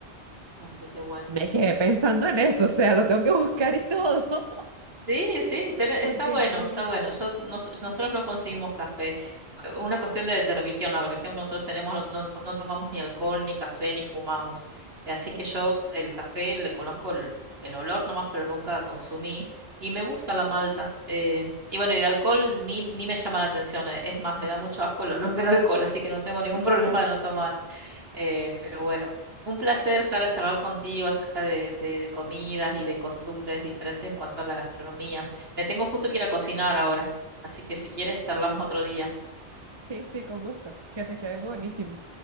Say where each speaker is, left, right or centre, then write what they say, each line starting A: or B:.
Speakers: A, on the right; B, on the right.
A: Así que bueno.
B: Me quedé pensando en eso, o sea, lo tengo que buscar y todo, <laughs>
A: Sí, sí, tiene-
B: porque
A: está bueno,
B: aquí,
A: está bueno. Yo, nos- nosotros no conseguimos café. Eh, Una cuestión de, de religión, la religión que nosotros tenemos, no, no- no tomamos ni alcohol, ni café, ni fumamos. Eh, Así
B: Ok.
A: que yo el café le conozco el, el olor nomás, pero nunca consumí. Y me gusta la malta. eh, y bueno, y de alcohol ni, ni me llama la atención. eh, Es más, me da mucho asco el olor del alcohol, así que no tengo ningún
B: ok,
A: <laughs> problema de no tomar. Eh, pero bueno, un placer, Sara, charlar contigo acerca de, de, de comidas y de costumbres diferentes en cuanto a la gastronomía. Me tengo justo que ir a cocinar ahora, así que si quieres, charlamos otro día.
B: sí, sí, con gusto, que te quede
A: Bueno,
B: buenísimo.